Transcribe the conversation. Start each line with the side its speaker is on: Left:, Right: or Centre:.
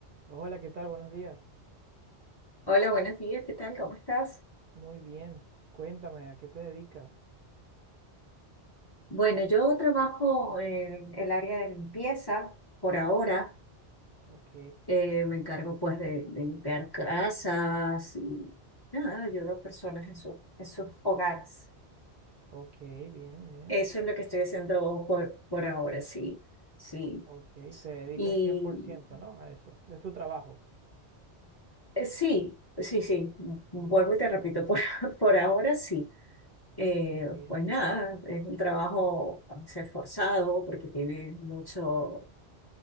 Right: Hola, ¿qué tal? Buenos días.
Left: Hola, buenos días, ¿qué tal? ¿Cómo estás?
Right: Muy bien. Cuéntame, ¿a qué te dedicas?
Left: Bueno, yo trabajo en el área de limpieza por ahora.
Right: Ok,
Left: Eh, me encargo pues de, de limpiar casas y nada, ayudo a personas en, su- en sus hogares.
Right: ok, bien, bien.
Left: Eso es lo que estoy haciendo por, por ahora, sí, sí.
Right: Ok, te dedicas
Left: Y
Right: cien por ciento, ¿no? A eso. Es tu trabajo.
Left: eh, sí, sí, sí, vuelvo
Right: Mm,
Left: y te repito, por, <laughs> por ahora sí. Eh,
Right: Muy bien.
Left: pues nada, es un trabajo a veces forzado porque tiene mucho